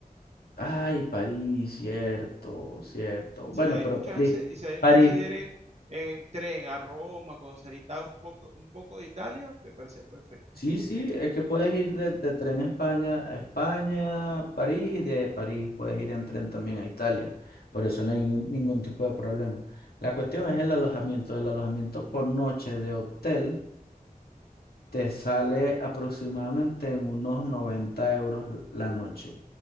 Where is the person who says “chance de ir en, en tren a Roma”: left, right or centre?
Right